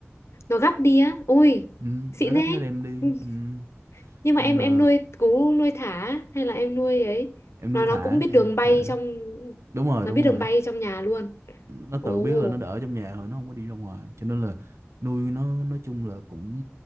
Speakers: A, on the left; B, on the right.
A: nó gắp đi á ui
B: ừ,
A: xịn
B: nó gấp
A: thế
B: nó đem đi
A: Ừ,
B: ừ,
A: nhưng mà
B: nên
A: em
B: là
A: em nuôi cú nuôi thả á? hay là em nuôi ấy
B: em nuôi
A: nó
B: thả
A: nó cũng biết
B: em
A: đường
B: nuôi
A: bay
B: thả
A: trong
B: đúng rồi
A: nó
B: đúng
A: biết đường
B: rồi
A: bay trong nhà luôn
B: nó tự
A: ồ
B: biết là nó đỡ trong nhà rồi nó không có đi ra ngoài cho nên là nuôi nó nói chung là cũng